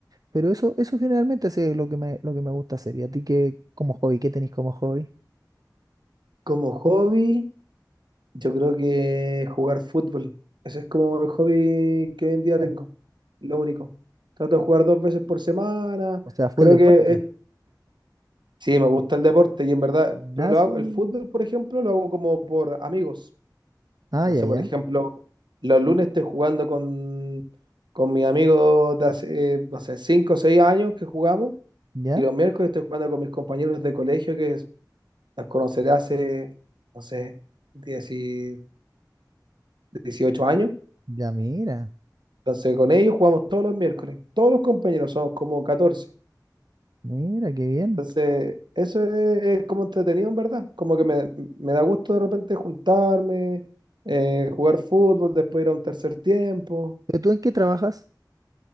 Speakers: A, on the right; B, on the right.
A: Pero eso, eso generalmente sí es eh, lo que me, lo que me gusta hacer. ¿Y a ti qué, como hobby, qué tenéis como hobby?
B: Como hobby. Yo creo que jugar fútbol. Ese es como el hobby que hoy en día
A: Ya.
B: tengo. Lo único. Trato de jugar dos veces por semana.
A: O sea, full
B: Creo
A: deporte.
B: que es- sí, me gusta el deporte y en verdad,
A: Gimnasio.
B: pero lo hago, el fútbol, por ejemplo, lo hago como por amigos.
A: Ah,
B: No
A: ya,
B: sé,
A: ya.
B: por ejemplo, los lunes estoy jugando con, con mis amigos de hace, eh, no sé, cinco o seis años que jugamos
A: Ya,
B: y los miércoles estoy jugando con mis compañeros de colegio que los conoceré hace, no sé, 10 y- 18 años.
A: ya, mira.
B: Entonces, con ellos jugamos todos los miércoles. Todos los compañeros somos como catorce
A: Mira, qué bien.
B: Entonces, eso es, es como entretenido, en verdad. Como que me, me da gusto de repente juntarme, eh, jugar fútbol, después ir a un tercer tiempo.
A: ¿Pero tú en qué trabajas?